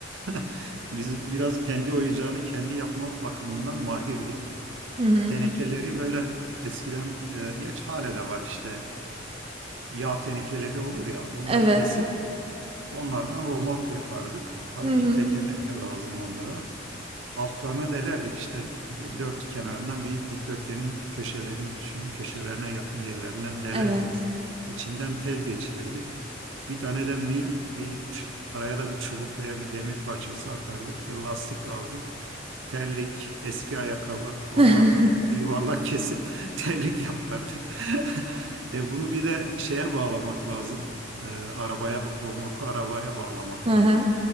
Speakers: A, on the right; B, on the right.
A: <laughs> Biz biraz kendi oyuncağını kendi yapma bakımından mahirdik.
B: Hı hı.
A: Tenekeleri böyle eskiden, e, geç hale de var işte yağ tenekeleri olur ya onları
B: Evet.
A: keserdik. Onlardan romork yapardık. Tabii
B: Hı hı.
A: ki tekerlek de lazım onlara altlarına delerdik işte dört kenarından bir dikdörtgenin köşelerini düşünün köşelerine yakın yerlerinden delerdik.
B: Evet.
A: İçinden tel geçirirdik. Bir tane de mil bir ç- araya da bir çubuk veya bir demir parçası atardık. E, lastik lazım. Terlik, eski ayakkabı onlardan
B: <laughs>
A: bir yuvarlak kesip <laughs> terlik yapardık. <laughs> E, bunu bir de şeye bağlamak lazım. E, arabaya, romorku arabaya bağlamak
B: Hı
A: lazım.
B: hı.